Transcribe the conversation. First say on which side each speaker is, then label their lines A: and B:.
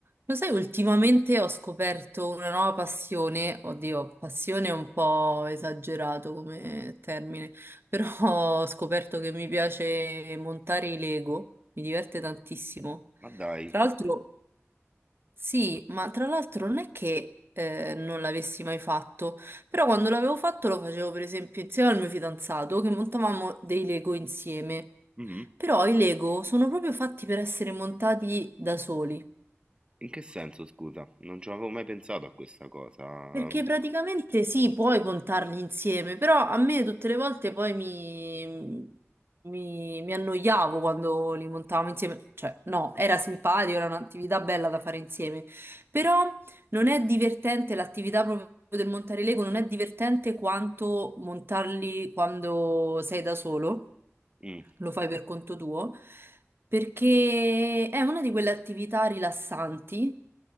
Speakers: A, on the right; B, on the right.
A: Lo sai, ultimamente ho scoperto una nuova passione, oddio, passione è un po' esagerato come termine, <laughs> però ho scoperto che mi piace montare i Lego, mi diverte tantissimo.
B: Ma dai,
A: Tra l'altro, sì, ma tra l'altro non è che eh, non l'avessi mai fatto, però quando l'avevo fatto lo facevo per esempio insieme al mio fidanzato che montavamo dei Lego insieme.
B: mhm.
A: Però i Lego sono proprio fatti per essere montati da soli.
B: In che senso, scusa? Non ci avevo mai pensato a questa cosa.
A: Perché praticamente sì, puoi contarli insieme, però a me tutte le volte poi mi, mi- mi annoiavo quando li montavamo insieme. Cioè, no, era simpatico, era un'attività bella da fare insieme. Però non è divertente l'attività proprio del montare Lego, non è divertente quanto montarli quando sei da solo,
B: Mm,
A: lo fai per conto tuo, perché è una di quelle attività rilassanti